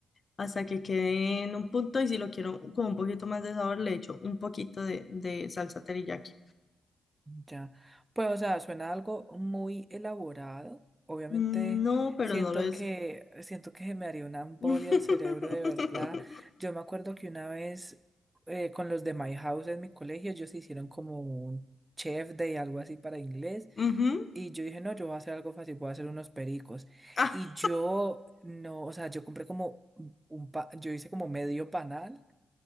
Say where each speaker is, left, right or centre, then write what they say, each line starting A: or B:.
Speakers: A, on the left; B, on the right.
A: hasta que quede en un punto y si lo quiero con un poquito más de sabor le echo un poquito de, de salsa teriyaki.
B: Ya. Pues, o sea, suena algo muy elaborado. Obviamente,
A: Mm, No, pero
B: siento
A: no lo he
B: que, siento que se me haría una embolia
A: <laughs>
B: el cerebro de verdad. Yo me acuerdo que una vez eh, con los de My House en mi colegio, ellos hicieron como un chef day, algo así para inglés.
A: Ujú.
B: Y yo dije, no, yo voy a hacer algo fácil, voy a hacer unos pericos.
A: Ah.
B: Y yo, no, o sea, yo compré como un pa, yo hice como medio panal